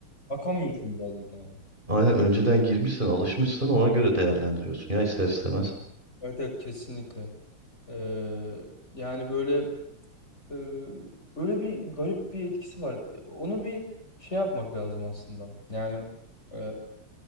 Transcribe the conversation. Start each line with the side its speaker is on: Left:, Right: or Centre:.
Left: bakamıyorsun birazcık yani.
Right: Aynen önceden girmişsin, alışmışsın ona göre değerlendiriyorsun ya ister istemez.
Left: Evet evet kesinlikle. E, yani böyle Ee, öyle bir garip bir etkisi var. Onu bir şey yapmak lazım aslında. Yani ee,